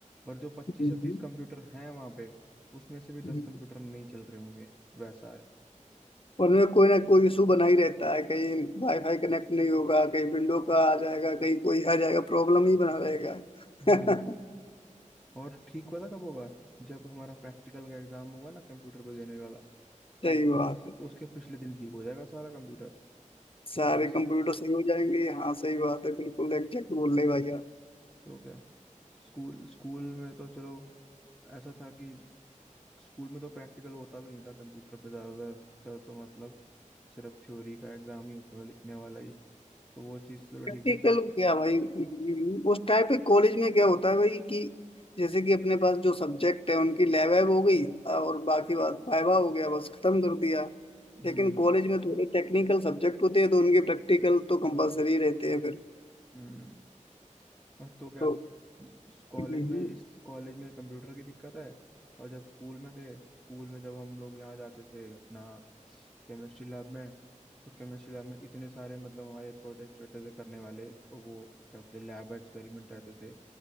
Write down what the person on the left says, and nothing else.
हम्म।
हम्म।
उनमें कोई ना कोई इशू बना ही रहता है कहीं वाईफाई कनेक्ट नहीं होगा कहीं विंडो का आ जाएगा कहीं कोई आ जाएगा प्रॉब्लम ही बना रहेगा
<laughs>
सही बात
है
सारे
कंप्यूटर सही हो जाएंगे हाँ सही बात है बिल्कुल एग्जैक्ट बोल रहे भाई
प्रैक्टिकल
क्या भाई उस टाइप के कॉलेज में क्या होता है भाई कि जैसे कि अपने पास जो सब्जेक्ट है उनकी लैब वैब हो गई और बाकी बात वाइवा हो गया बस खत्म कर दिया लेकिन
कॉलेज में थोड़े टेक्निकल सब्जेक्ट होते हैं तो उनके प्रैक्टिकल तो कंपलसरी रहते हैं फिर
तो
हम्म,